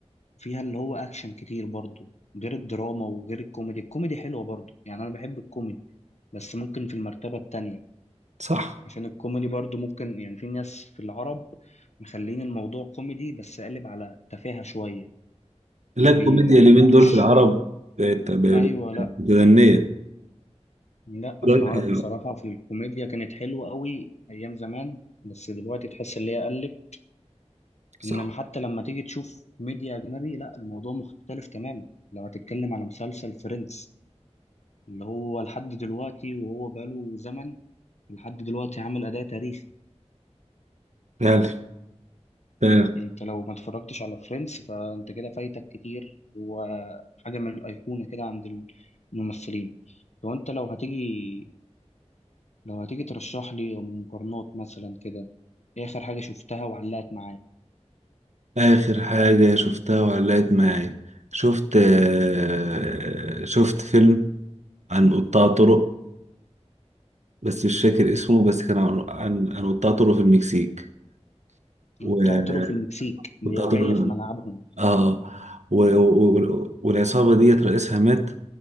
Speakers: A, on the left; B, on the right.
A: وفيها اللي هو أكشن كتير برضو غير الدراما وغير الكوميدي الكوميدي حلوة برضو يعني أنا بحب الكوميدي بس ممكن في المرتبة التانية
B: صح
A: عشان الكوميدي برضو ممكن يعني في ناس في العرب مخلين الموضوع كوميدي بس قالب على تفاهة شوية
B: لا
A: ما
B: الكوميديا
A: بي ما بيدوش
B: اليومين دول في العرب بقت بقت
A: أيوة لأ
B: متدنية
A: لأ
B: رايحة
A: في العرب بصراحة في الكوميديا كانت حلوة قوي أيام زمان بس دلوقتي تحس اللي هي قلت
B: صح
A: انما حتى لما تيجي تشوف ميديا اجنبي لا الموضوع مختلف تماما لو هتتكلم على مسلسل فريندز اللي هو لحد دلوقتي وهو بقاله زمن لحد دلوقتي عامل اداء تاريخي
B: فعلا فعلا
A: انت لو ما اتفرجتش على فريندز فانت كده فايتك كتير وحاجه من الايقونه كده عند الممثلين لو انت لو هتيجي لو هتيجي ترشح لي مقارنات مثلا كده ايه اخر حاجه شفتها وعلقت معاك
B: آخر حاجة شفتها وعلقت معايا شفت آه، شفت فيلم عن قطاع طرق بس مش فاكر اسمه بس كان عن عن, عن قطاع طرق في المكسيك وقطاع
A: بتوع طرق في المكسيك اللي هي جايه
B: طرق
A: في ملعبهم
B: اه و... و... و- والعصابة ديت رئيسها مات